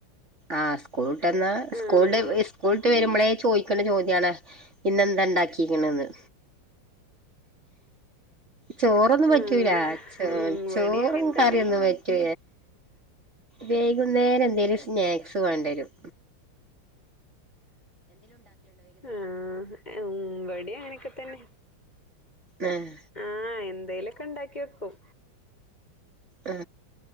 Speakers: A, on the right; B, on the left.
A: ആ സ്കൂൾ വന്ന്
B: ആഹ്
A: സ്കൂള്ന്റെ സ്കൂള് വരുമ്പളേ ചോയിക്ക്ണ ചോദ്യാണ് ഇന്നെന്താ ഇണ്ടാക്കിക്ക്ണേന്ന് ചോറൊന്നും പറ്റൂല
B: ആഹ്
A: ചോ
B: ഉം ഇവടിം
A: ചോറും
B: അങ്ങനെ
A: കറിയൊന്നും
B: തന്നെ
A: പറ്റു വൈകു വേറെ എന്തേലും സ്നാക്സ് വേണ്ടരും
B: ആ ഉം ഇവിടെങ്ങനെക്കെ തന്നെ
A: ആഹ്
B: ആ എന് എന്തേലൊക്കെ ഇണ്ടാക്കി വെക്കും
A: ആ